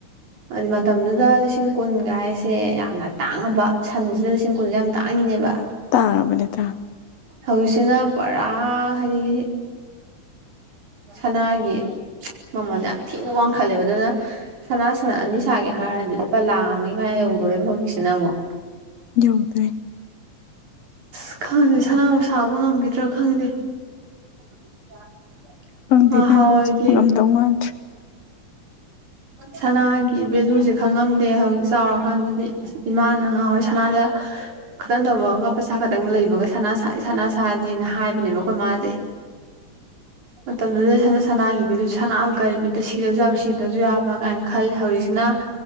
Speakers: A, on the right (about 70°); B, on the left (about 65°).
A: ꯍꯥꯏꯗꯤ ꯃꯇꯝꯗꯨꯗ ꯂꯤꯁꯤꯡ ꯀꯨꯟꯒ ꯍꯥꯏꯁꯦ ꯌꯥꯝꯅ ꯇꯥꯡꯉꯝꯕ ꯁꯟꯁꯤꯗ ꯂꯤꯁꯤꯡ ꯀꯨꯟꯖꯦ ꯌꯥꯝ ꯇꯥꯡꯉꯤꯅꯦꯕ
B: ꯇꯥꯡꯉꯕꯅꯦ ꯇꯥꯡ
A: ꯍꯧꯖꯤꯛꯁꯤꯅ ꯄꯔꯥ ꯍꯥꯏꯗꯤ ꯁꯅꯥꯒꯤ ꯃꯃꯜ ꯌꯥꯝ ꯊꯤꯅ ꯋꯥꯡꯈꯠꯂꯦꯕ ꯑꯗꯨꯅ ꯁꯅꯥ ꯁꯟ ꯑꯅꯤ ꯁꯥꯒꯦ ꯍꯥꯏꯔꯗꯤ ꯂꯨꯄꯥ ꯂꯥ ꯑꯃꯒꯤ ꯃꯌꯥ ꯌꯧꯗꯣꯔꯦꯕ ꯍꯧꯖꯤꯛꯁꯤꯅ ꯑꯃꯨꯛ
B: ꯌꯧꯗꯦ
A: ꯑꯁ ꯈꯪꯗꯦ ꯁꯅꯥꯕꯨ ꯁꯥꯕ ꯉꯝꯈꯤꯗ꯭ꯔꯥ ꯈꯪꯗꯦ <inaudible>
B: ꯈꯪꯗꯦ
A: ꯉꯍꯥꯟꯋꯥꯏꯗꯤ
B: ꯢꯕꯦꯝꯃꯥ ꯉꯝꯗꯧ ꯃꯥꯟꯗ꯭ꯔꯦ
A: ꯁꯅꯥꯒꯤ ꯚꯦꯂꯨꯖꯦ ꯈꯪꯉꯝꯗꯦ ꯍꯧꯖꯤꯛ ꯆꯥꯎꯔꯀꯥꯟꯗꯗꯤ ꯑꯁ ꯏꯃꯥꯅ ꯅꯍꯥꯟꯋꯥꯏ ꯁꯅꯥꯗ ꯈꯤꯇꯪ ꯇꯧꯕꯒ ꯄꯩꯁꯥ ꯈꯇꯪ ꯂꯩꯕꯒ ꯁꯅꯥ ꯁꯥꯖꯦ ꯁꯅꯥ ꯁꯥꯖꯦꯅ ꯍꯥꯏꯕꯅꯦꯕ ꯑꯩꯈꯣꯏ ꯃꯥꯖꯦ ꯃꯇꯝꯗꯨꯗ ꯁꯅꯥꯒꯤ ꯚꯦꯂꯨꯁꯦ ꯁꯅꯥꯕꯨ ꯀꯩ ꯕꯤꯠꯇ ꯁꯤꯔꯁꯨ ꯌꯥꯕ ꯁꯤꯗ꯭ꯔꯁꯨ ꯌꯥ ꯕ ꯀꯥꯏꯅ ꯈꯜꯂꯦ ꯍꯧꯖꯤꯛꯁꯤꯅ